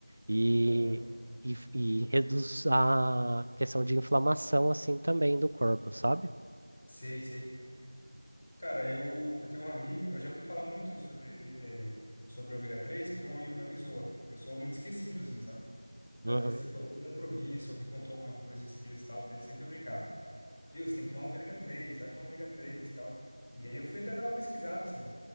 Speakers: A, on the right; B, on the left.
A: e,
B: Aham.
A: e, e reduz a questão de inflamação, assim, também do corpo, sabe?
B: Sei, sei. Cara, eu, eu tenho um amigo, eu já ouvi falar muito sobre, é, sobre o ômega três porque um amigo meu me zoa. Eu sou muito esquecido, assim, sabe? Então,
A: Uhum.
B: Às vezes, tipo, algum compromisso, ou me contou alguma coisa, eu esqueço, e tal. Daí Ele sempre brincava. Viu, você tem que tomar ômega três, vai tomar ômega 3, tal. E aí eu fui até dar uma pesquisada, assim.